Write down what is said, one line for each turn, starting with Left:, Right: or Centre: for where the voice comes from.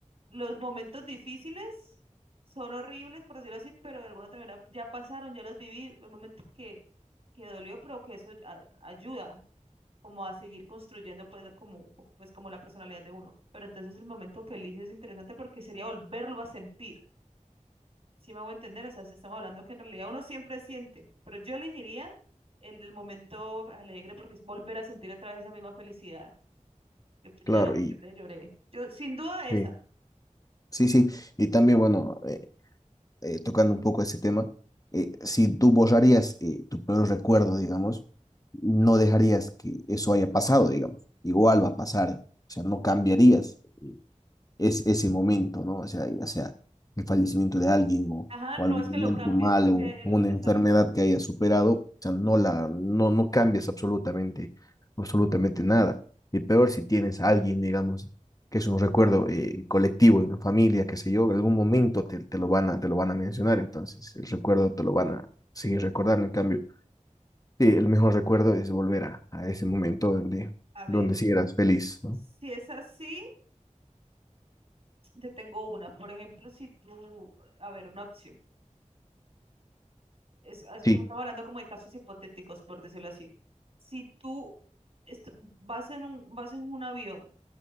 Right: los momentos difíciles son horribles, por decirlo así, pero de alguna otra manera ya pasaron, ya los viví, el momento que, que dolió, pero que eso a- ayuda como a seguir construyendo pues como, pues como la personalidad de uno. Pero entonces el momento feliz es interesante porque sería volverlo a sentir. Si me hago entender, o sea, si estamos hablando que en realidad uno siempre siente, pero yo elegiría el del momento alegre porque es volver a sentir otra vez esa misma felicidad. que, pues,
Left: claro.
Right: Yo ya lo
Left: Y
Right: lloré, lloré. Yo, sin duda esa.
Left: sí, sí, sí. Y también, bueno, eh, eh, tocando un poco ese tema, eh, si tú borrarías eh, tu peor recuerdo, digamos, no dejarías que eso haya pasado, digamos. Igual va a pasar, o sea, no cambiarías. es ese momento, ¿no? O sea, ya sea el fallecimiento de alguien o,
Right: Ajá,
Left: o
Right: no
Left: algún
Right: es que
Left: momento
Right: lo cambies,
Left: malo
Right: es que
Left: o una
Right: lo- exacto.
Left: enfermedad que haya superado, o sea, no la, no, no cambias absolutamente, absolutamente nada. Y peor si tienes a alguien, digamos, que es un recuerdo eh, colectivo, de una familia, qué sé yo, en algún momento te, te lo van a, te lo van a mencionar, entonces el recuerdo te lo van a seguir recordando. En cambio, eh, el mejor recuerdo es volver a, a ese momento donde,
Right: A ver,
Left: donde sí eras feliz, ¿no?
Right: si es así, te tengo una. Por ejemplo, si tú, a ver, una opción. Es, es como
Left: Sí,
Right: estamos hablando como de casos hipotéticos, por decirlo así. Si tú est- vas en un, vas en un avión